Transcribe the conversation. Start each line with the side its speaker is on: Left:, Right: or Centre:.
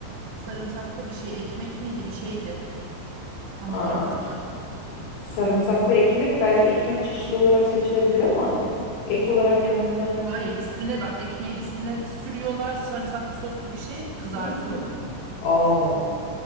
Right: sarımsaklı bir şey ekmek miydi bir şeydi. Tam
Left: Aa,
Right: olarak hatırlamıyorum.
Left: sarımsaklı ekmek belki ekmek çeşidi olarak seçilebilir ama ek olarak yanından
Right: Hayır üstüne bak ekmeğin üstüne sürüyorlar sarımsaklı soslu bir şey kızartıyorlar
Left: Hmm.
Right: onu.
Left: Aa.